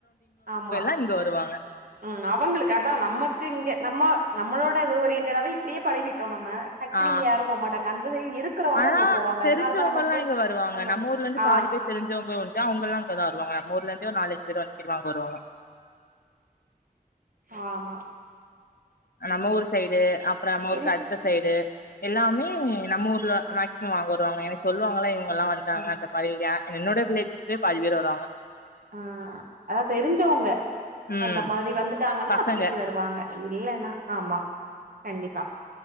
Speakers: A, on the right (about 60°); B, on the left (about 70°).
A: ஆமா
B: எங்க இருந்து வருவாங்க
A: ம் அவங்களுக்கு அதா நமக்கு இங்க நம்ம நம்மளோட ஓரியண்ட்டாவே இப்டியே பழகிட்டோ நம்ம டக்குனு
B: ஆ
A: இங்க யாரு போக மாட்டாங்க அந்த சைடு இருக்கிறவங்க
B: ஆனா
A: அங்க போவாங்க
B: தெரிஞ்சவங்கல்லா
A: அதனால தா நமக்கு
B: இங்க வருவாங்க.
A: அந்த
B: நம்ம ஊர்ல இருந்து
A: ஆ
B: பாதி பேர் தெரிஞ்சவங்க உண்டு அவங்கெல்லா அங்க தா வருவாங்க நம்ம ஊர்ல இருந்து ஒரு நாலஞ்சு பேர் <unintelligible>
A: ஆமா
B: நம்ம ஊர் சைடு அப்றோ நம்ம
A: சரி
B: ஊருக்கு அடுத்த
A: ஸ்-
B: சைடு எல்லாமே நம்ம ஊர்ல மேக்சிமம் வாங்க வருவாங்க எனக்கு சொல்லுவாங்கள்ள இவுங்க எல்லா வந்தாங்க
A: ம்.
B: அந்த அவிங்க என்னோட ரிலேவ்டிஸ் பாதி பேர் வருவாங்க
A: ஆ அதா தெரிஞ்சவங்க
B: ம்
A: அந்த மாதிரி வந்துட்டாங்கன்னா
B: பசங்க
A: திருப்பி வருவாங்க இல்லன்னா ஆமா கண்டிப்பா